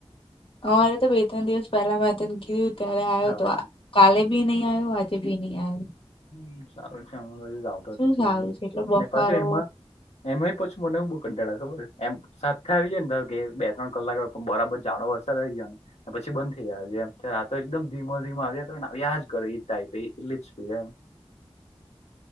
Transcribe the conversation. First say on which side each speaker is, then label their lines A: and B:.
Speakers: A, on the left (about 55°); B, on the left (about 90°).
A: અમારે તો બે ત્રણ દિવસ પહેલા મે તને કીધું ત્યારે આવ્યો
B: હા
A: હતો આ. કાલે ભી નહીં આવ્યો અજ ભી નહીં આવ્યો.
B: હ ચાલું
A: શું
B: છે હમ
A: સારું
B: ધ
A: છે એટલો બફારો
B: નેપા એમ. એમાં પછી મનેવું બઉુ કંટાળા ખબર એમ સાથે આવી જાય ને ત કે બે ત્રણ કલાક. પણ બરાબર જાડો વરસા રહી ગયા ને. પછી બંધ થઈ ગાય છેમ ત્યારે આ તો એકદમ ધીમા ધીમા આવ્યા કરને આવ્યા જ કરે એટલી જ એમ.